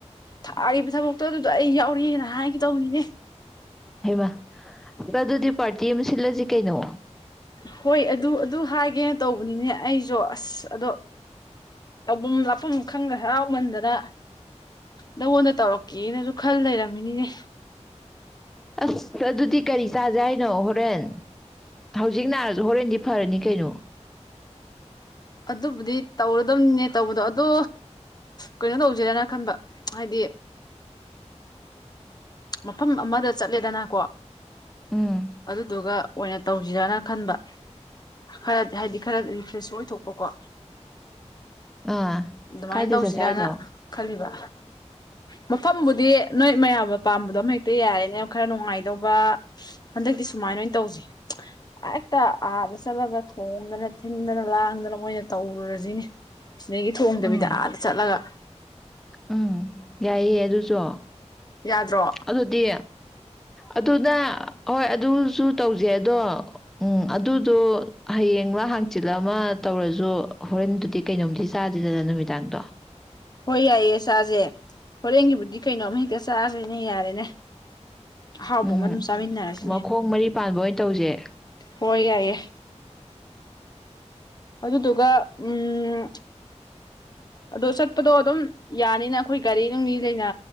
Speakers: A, on the left; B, in the centre.
A: ꯊꯥꯒꯤ ꯊꯕꯛꯇꯣ ꯑꯗꯨ ꯑꯗꯣ ꯑꯩ ꯌꯥꯎꯔꯤꯦꯅ ꯍꯥꯏꯒ ꯇꯧꯕꯅꯤꯅꯦ
B: ꯍꯩꯃꯥ ꯑꯗꯨꯗꯤ ꯄꯥꯔꯇꯤ ꯑꯃ ꯁꯤꯜꯂꯁꯤ ꯀꯩꯅꯣ
A: ꯍꯣꯏ ꯑꯗꯨ ꯑꯗꯨ ꯍꯥꯏꯒꯦꯅ ꯇꯧꯕꯅꯤꯅꯦ ꯑꯩꯁꯨ ꯑꯁ ꯑꯗꯣ ꯇꯧꯐꯝ ꯂꯥꯞꯐꯝ ꯈꯪꯗ ꯍꯔꯥꯎꯃꯟꯗꯅ ꯅꯉꯣꯟꯗ ꯇꯧꯔꯛꯀꯦꯅꯁꯨ ꯈꯜ ꯂꯩꯔꯝꯃꯤꯅꯤꯅꯦ
B: ꯑꯁ ꯑꯗꯨꯗꯤ ꯀꯔꯤ ꯆꯥꯖꯦ ꯍꯥꯏꯅꯣ ꯍꯣꯔꯦꯟ ꯍꯧꯖꯤꯛ ꯅꯥꯔꯁꯨ ꯍꯣꯔꯦꯟꯗꯤ ꯐꯔꯅꯤ ꯀꯩꯅꯣ
A: ꯑꯗꯨꯕꯨꯗꯤ ꯇꯧꯔꯗꯝꯗꯝꯅꯦ ꯇꯧꯕꯗꯣ ꯑꯗꯨ ꯀꯩꯅꯣ ꯇꯧꯁꯤꯔꯅ ꯈꯟꯕ ꯍꯥꯏꯗꯤ ꯃꯐꯝ ꯑꯃꯗ ꯆꯠꯂꯦꯗꯅꯀꯣ
B: ꯎꯝ
A: ꯑꯗꯨꯗꯨꯒ ꯑꯣꯏꯅ ꯇꯧꯁꯤꯔꯅ ꯈꯟꯕ ꯈꯔꯗꯤ ꯍꯥꯏꯗꯤ ꯈꯔ ꯔꯤꯐ꯭ꯔꯦꯁ ꯑꯣꯏꯊꯣꯛ ꯀꯥ
B: ꯑꯥ
A: ꯑꯗꯨꯃꯥꯏꯅ
B: ꯀꯥꯏꯗ
A: ꯇꯧꯁꯤꯔꯅ
B: ꯆꯠꯁꯦ ꯍꯥꯏꯅꯣ
A: ꯈꯜꯂꯤꯕ ꯃꯐꯝꯕꯨꯗꯤ ꯅꯣꯏ ꯃꯌꯥꯝꯕ ꯄꯥꯝꯕꯗꯣ ꯑꯃ ꯍꯦꯛꯇ ꯌꯥꯔꯦꯅꯦ ꯌꯥꯝ ꯈꯔ ꯅꯨꯡꯉꯥꯏꯗꯧꯕ ꯍꯟꯗꯛꯇꯤ ꯁꯨꯃꯥꯏꯅ ꯑꯣꯏꯅ ꯇꯧꯁꯤ ꯍꯦꯛꯇ ꯑꯥꯗ ꯆꯠꯂꯒ ꯊꯣꯡꯗꯅ ꯊꯤꯟꯗꯅ ꯂꯥꯡꯗꯅ ꯃꯣꯏ ꯑꯣꯏꯅ ꯇꯧꯔꯨꯔꯁꯤꯅꯦ ꯅꯒꯤ ꯊꯣꯡꯗꯕꯤꯗ
B: ꯎꯝ
A: ꯑꯥꯗ ꯆꯠꯂꯒ
B: ꯎꯝ ꯌꯥꯏꯌꯦ ꯑꯗꯨꯁꯨ
A: ꯌꯥꯗ꯭ꯔꯣ
B: ꯑꯗꯨꯗꯤ ꯑꯗꯨꯅ ꯍꯣꯏ ꯑꯗꯨꯁꯨ ꯇꯧꯁꯦ ꯑꯗꯣ ꯎꯝ ꯑꯗꯨꯗꯣ ꯍꯌꯦꯡꯂꯡꯂ ꯍꯥꯡꯆꯤꯜ ꯑꯃ ꯇꯧꯔꯁꯨ ꯍꯣꯔꯦꯟꯗꯨꯗꯤ ꯀꯩꯅꯣꯝꯗꯤ ꯆꯥꯗꯗꯅ ꯅꯨꯃꯤꯗꯥꯡꯗꯣ
A: ꯍꯣꯏ ꯌꯥꯏꯌꯦ ꯆꯥꯁꯦ ꯍꯣꯔꯦꯟꯒꯤꯕꯨꯗꯤ ꯀꯩꯅꯣꯝꯃ ꯍꯦꯛꯇ ꯆꯥꯁꯦꯅꯦ ꯌꯥꯔꯦꯅꯦ ꯑꯍꯥꯎꯕ
B: ꯎꯝ
A: ꯑꯃ ꯑꯗꯨꯝ ꯆꯥꯃꯤꯟꯅꯔꯁꯤꯅꯦ
B: ꯃꯈꯣꯡ ꯃꯔꯤ ꯄꯥꯟꯕ ꯑꯣꯏꯅ ꯇꯧꯁꯦ
A: ꯍꯣꯏ ꯌꯥꯏ ꯌꯥꯏ ꯑꯗꯨꯗꯨꯒ ꯎꯝ ꯑꯣ ꯆꯠꯄꯗꯣ ꯑꯗꯨꯝ ꯌꯥꯅꯤꯅ ꯑꯩꯈꯣꯏ ꯒꯥꯔꯤ ꯅꯨꯡꯅꯤ ꯂꯩꯅ